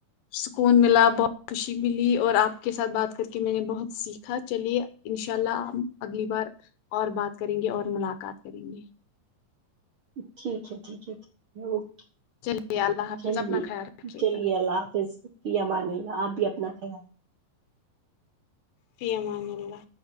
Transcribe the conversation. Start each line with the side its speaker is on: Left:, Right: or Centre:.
Left: سکون ملا بہت خوشی ملی اور آپ کے ساتھ بات کر کے میں نے بہت سیکھا چلیے انشاء اللہ آپ اگلی بار اور بات کریں گے اور ملاقات کریں گے
Right: ٹھیک ہے ٹھیک ہےیک ہے اوکے
Left: چلیے اللہ حافظ
Right: چلیے
Left: اپنا خیال رکھیے
Right: چلیے
Left: گا
Right: اللہ حافظ فی امان اللہ آپ بھی اپنا خیال
Left: فی امان اللہ